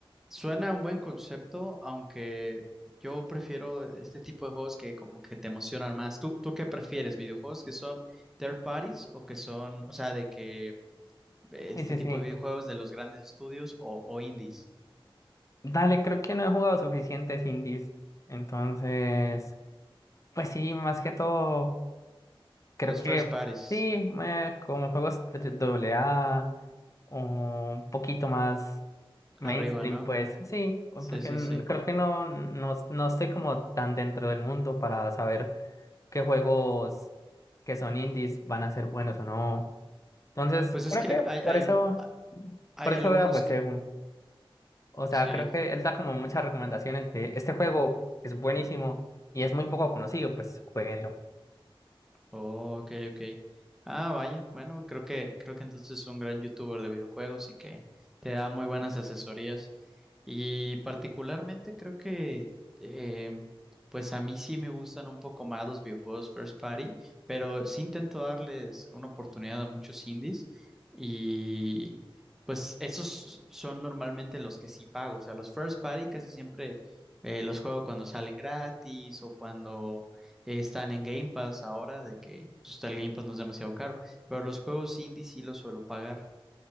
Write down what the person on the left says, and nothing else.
sí, sí,
sí.
Dale, creo que no he jugado suficientes indies, entonces, pues sí, más que todo. Creo
que
sí, eh, como juegos AA, un poquito más mainstream,
pues sí, porque
n-
creo que no, no, no estoy como tan dentro del mundo para saber qué juegos que son indies van a ser buenos o no. Entonces,
creo
que
por
eso,
por eso
veo pues
Segu. O sea,
creo que él da como muchas recomendaciones de este juego es buenísimo y es muy poco conocido, pues jueguenlo.